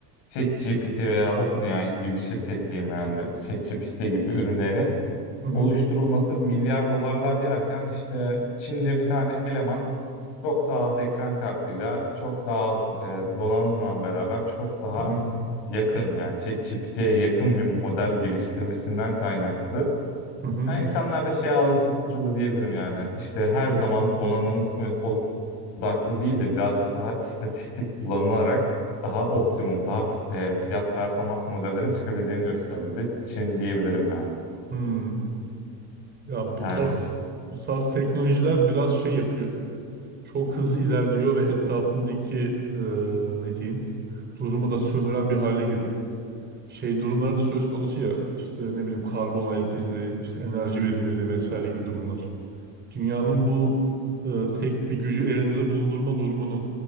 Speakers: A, on the left; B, on the right.
A: ChatGPT veya OpenAI gibi şirket diyeyim yani ChatGPT gibi ürünlerin
B: hı hı,
A: oluşturulması milyar dolarlar yerken işte Çin'de bir tane eleman çok daha az ekran kartıyla, çok daha az e, donanımla beraber çok daha
B: hı hı,
A: yakın yani ChatGPT'ye yakın bir model geliştirmesinden kaynaklı.
B: hı hı,
A: Yani insanlarda şey algısı kırıldı diyebilirim yani. İşte her zaman donanım ö- odaklı değil de birazcık daha istatistik kullanılarak daha optimum, daha e, fiyat performans modellerin çıkabildiğini gösterdi bize Çin diyebilirim yani.
B: hı. Ya bu
A: Yani
B: tarz bu tarz teknolojiler biraz şey yapıyor. Çok hızlı ilerliyor ve etrafındaki e, ne diyeyim durumu da sömüren bir hale geliyor. Şey durumlar da söz konusu ya işte ne bileyim karbon ayak izi, işte enerji verimliliği vesaire gibi durumlar. Dünyanın bu e, tek bir gücü elinde bulundurma durumunun